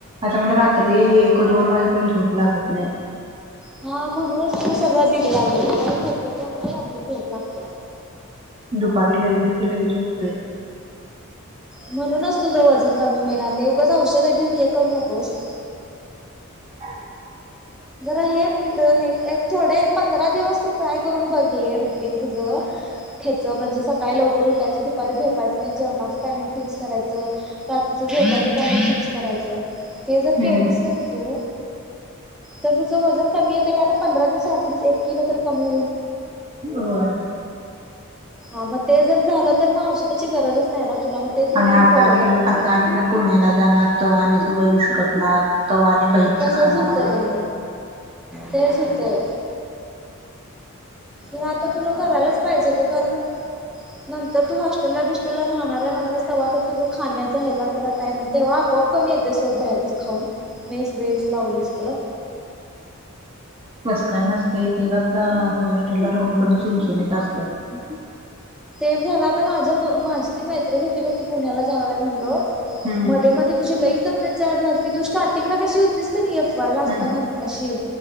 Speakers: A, on the right (about 25°); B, in the centre.
A: आता मला रात्री एक दोन वाज ण झोप लागत नाही.
B: हा मग म्हणूनच तुझ सगळं बिघडलंय दुपारी झोपत जाऊ नको रात्री झोप लागत्या.
A: दुपारी लई म्हणजे लई झोपतोय
B: म्हणूनच तुझं वजन कमी होईना ते उगाच औषधं घेऊन ये करू नकोस,
A: <inaudible>
B: जरा हे हे एक थोडे पंधरा दिवस तू ट्राय करून बघ हे रुटीन तुझ हेच म्हणजे सकाळी लवकर उठायचं दुपारी झोपायचं नाही, जेवणाच टायमिंग फिक्स करायचं, रात्रीच झेपायच टायमिंग फिक्स करायचं. हे जर
A: हम्म
B: केलीस कणी तू तर तुझं वजन कमी येते का आता पंधरा दिवस ऍटलिस्ट किलो तरी कमी होईल.
A: होय
B: हा मग ते जर झालं तर मग औषधाची गरजच नाही ना, तुला मग तेच रुटीन
A: आणि आता
B: फॉलो
A: आणि
B: करायचं.
A: आता आणि मी पुण्याला जाणार तवा आणि सगळं विस्कटणार. तवा आणि बाहेरचं
B: तसाच
A: खाणं
B: होतंय.
A: होणार
B: तेच होतंय. ना त तर तुला करायलाच पाहिजे ग, कारण नंतर तू हॉस्टेलला बिस्टेलला राहणार, म्हणाल्यास तवा तर. तुझं खाण्याचा ह्याला त्याला टाइम तेव्हा आपोआप. खूप कमी येते सोड बाहेरचं खाऊन, मेस वेस लावलीस तर.
A: बस काय नसत तेे का हॉस्टेलला राहून पण चुनचुनीत असतात
B: ते झालं आता माझ्या दो माझी ती, मैत्रिणी होती, ब ती पुण्याला जाणार आहे म्हणलो.
A: हम्म
B: मध्ये मध्ये तुझे लई तब्येत जाड झालती तूश स्टार्टिंगला कशी होतीच का नाही, एफ वाय ला
A: हम्म
B: असताना, अशी